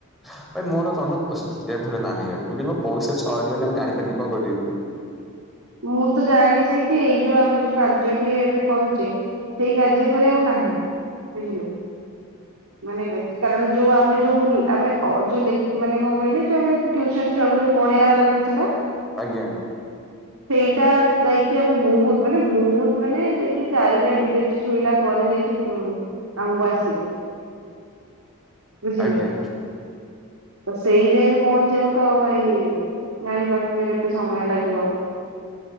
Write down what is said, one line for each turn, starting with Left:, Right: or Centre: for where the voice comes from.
Centre: ଭାଇ ମୋର ତନେ ପ ଭଲ ନାହିଁ ମୁଁ କିି ପଇସା ଛଅ ଦିଗଲେ ମୁଁ ଜାଣିପାରିନି କଣ କରିଦିବି।
Right: ମୁଁ ତ ଜାଣିଛି କି ଏଇ ଯୋଉ ଆମେ ଯୋଉ କାର୍ଯ୍ୟଟିଏ ଏବେ କରୁଛେ ସେଇ କାର୍ଯ୍ୟ ପରେ ଆଉ ନାହିଁ ବୁଝିଲ ମାନେ- କାରଣ ଯୋଉ ଆମେ ଯୋଉ ଆମେ ଯୋଉ ମାନେ କଣ କହିଲେ ଯୋଉ ଆମୁସନ ଛୁଆ କକୁ ଯୋଉ ପଢେଇବାାର ଜିନିଷ ଟା।
Centre: ଆଜ୍ଞା।
Right: ସେଇଟା ଯାଇକି ଆମେ ବହୁତ ମାନେ ବହୁତ ମାନେ ଯାଇକି ଚାରିଟା ଡିଜିେଟ ଛୁଇଲା ପରେ ଯାଇକି ହୁଁ ଆମ୍ବ ଆସିବ ବୁଝିଲେ।
Centre: ଆଜ୍ଞା
Right: ତ ସେଇ ଯାଇ ପହଞ୍ଚେଇକୁ ତ ଭାଇ ଜାଣିପାରୁଥିବେ କେତେ ସମୟ ଲାଗିବ।